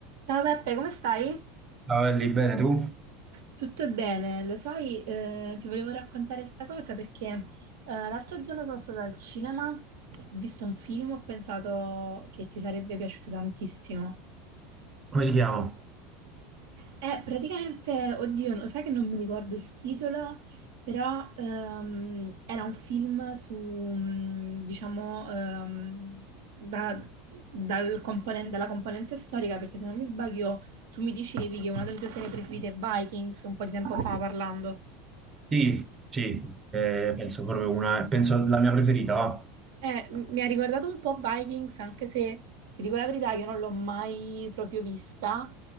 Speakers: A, on the right; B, on the right.
A: Ciao Peppe, come stai?
B: Ciao, Ellie, bene tu?
A: Tutto bene, lo sai, eh, ti volevo raccontare questa cosa perché eh, l'altro giorno sono stata al cinema, ho visto un film, ho pensato che ti sarebbe piaciuto tantissimo.
B: Come si chiama?
A: Eh, praticamente, oddio, lo sai che non mi ricordo il titolo, però ehm, era un film su, mm, diciamo, ehm, da- dal componen- dalla componente storica, perché se non mi sbaglio tu mi dicevi che una delle tue serie preferite è Vikings, un po' di tempo fa parlando.
B: Sì, sì, eh, penso proprio una, penso la mia preferita, va.
A: Eh, m- mi ha ricordato un po' Vikings, anche se ti dico la verità, io non l'ho mai proprio vista,